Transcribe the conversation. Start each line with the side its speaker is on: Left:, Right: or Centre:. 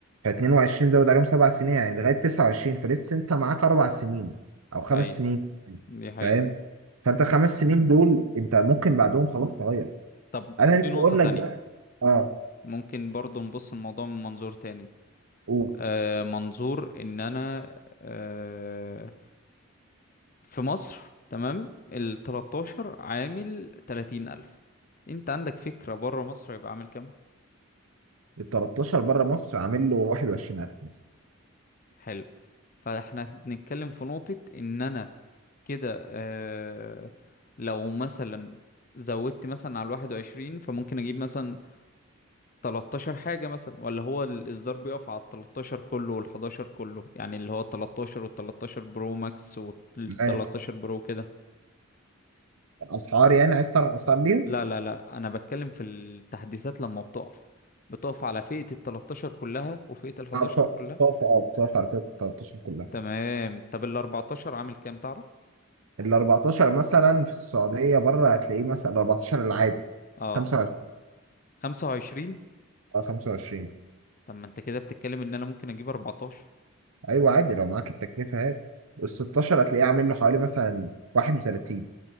Right: ف22 زود عليهم سبع سنين يعني لغايه 29 فلسه انت معاك اربع سنين او خمس
Left: ايوه
Right: سنين
Left: دي حقيقة
Right: فاهم فانت الخمس سنين دول انت ممكن بعدهم خلاص تغير
Left: طب
Right: انا
Left: في
Right: ليه بقول
Left: نقطة تانية
Right: لك ده اه
Left: ممكن برضو نبص الموضوع من منظور تاني
Right: قول
Left: آه، منظور ان انا آه، في مصر تمام ال 13 عامل 30,000 انت عندك فكرة بره مصر هيبقى عامل كام
Right: ال 13 بره مصر عامل له 21000 مثلا
Left: حلو فاحنا بنتكلم في نقطة ان انا كده آه، لو مثلا زودت مثلا على الواحد وعشرين فممكن اجيب مثلا 13 حاجة مثلا ولا هو الإصدار بيقف على 13 كله وال 11 كله يعني اللي هو 13 وال 13 برو ماكس وال
Right: آه،
Left: 13 برو كده
Right: اسعار يعني عايز تعرف اسعار ليهم
Left: لا لا لا انا بتكلم في التحديثات لما بتقف بتقف على فئة ال 13 كلها وفئة ال 11
Right: آه، بط-
Left: كلها
Right: بتقف اه بتقف على فكره 13 كلها
Left: تمام طب ال 14 عامل كام تعرف
Right: ال 14 مثلا في السعوديه بره هتلاقيه مثلا ال 14 العادي
Left: اه
Right: 25
Left: 25
Right: اه 25
Left: طب ما انت كده بتتكلم ان انا ممكن اجيب 14
Right: ايوه عادي لو معاك التكلفه هات ال 16 هتلاقيه عامل له حوالي مثلا 31